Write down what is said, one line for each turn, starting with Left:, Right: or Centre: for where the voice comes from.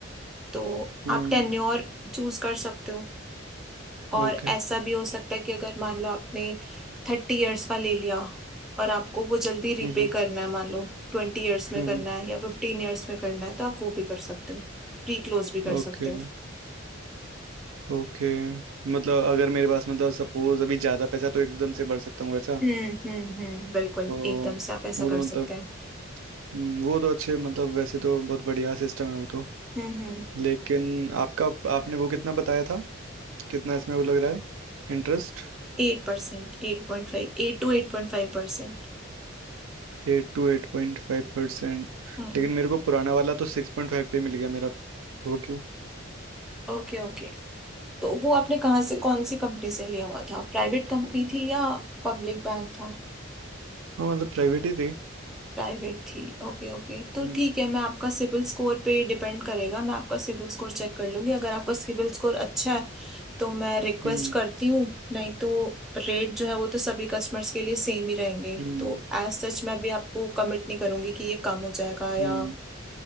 Centre: तो
Right: हम्म
Centre: आप टेन्योर चूज कर सकते हो और
Right: ओके
Centre: ऐसा भी हो सकता है कि अगर मान लो आपने थर्टी इयर्स का ले लिया और आपको वो जल्दी रिपे
Right: हम्म
Centre: करना है मान लो ट्वेंटी इयर्स में
Right: हम्म
Centre: करना है या फिफ्टीन इयर्स में करना है तो आप वो भी कर सकते हो प्री क्लोज भी कर
Right: ओके
Centre: सकते हो
Right: ओके मतलब अगर मेरे पास मतलब सपोज अभी ज्यादा पैसा तो एकदम से भर सकता हूँ वैसा
Centre: हम्म हम्म हम्म बिल्कुल
Right: ओ
Centre: एकदम से आप ऐसा
Right: वो
Centre: कर
Right: तो मतलब
Centre: सकते हैं
Right: हम्म, वो तो अच्छे मतलब वैसे तो बहुत बढ़िया सिस्टम है वो तो
Centre: हम्म हम्म
Right: लेकिन आपका आपने वो कितना बताया था कितना इसमें वो लग रहा है इंटरेस्ट
Centre: eight percent एट पॉइंट फाइव एट टू एट पॉइंट फाइव परसेंट
Right: एट टू एट पॉइंट फाइव परसेंट
Centre: Hmm
Right: लेकिन मेरे को पुराना वाला तो सिक्स पॉइंट फाइव पे मिल गया मेरा वो क्यों
Centre: okay okay तो वो आपने कहाँ से कौन सी कंपनी से लिया हुआ था प्राइवेट कंपनी थी या पब्लिक बैंक था
Right: हाँ मतलब प्राइवेट ही थे
Centre: प्राइवेट थी ओके ओके तो
Right: हम्म
Centre: ठीक है मैं आपका सिबिल स्कोर पे डिपेंड करेगा मैं आपका सिबिल स्कोर चेक कर लूंगी अगर आपका सिबिल स्कोर अच्छा है तो मैं रिक्वेस्ट
Right: हम्म
Centre: करती हूँ नहीं तो रेट जो है वो तो सभी कस्टमर्स के लिए सेम ही रहेंगे
Right: हम्म
Centre: तो एज सच मैं भी आपको कमिट नहीं करूंगी कि ये कम हो जाएगा या
Right: हम्म